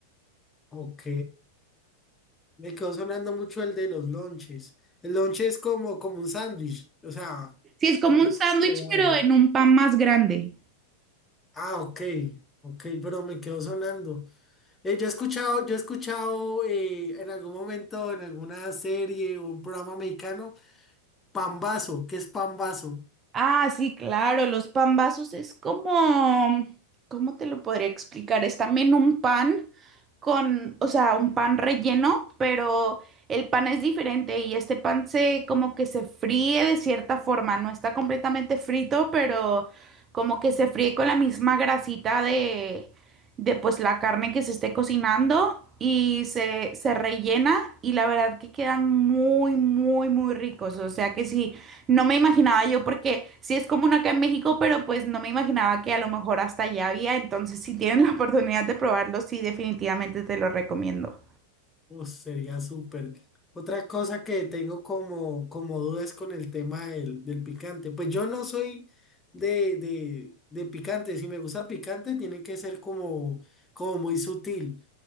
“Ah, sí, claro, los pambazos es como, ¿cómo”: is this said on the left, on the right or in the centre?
Right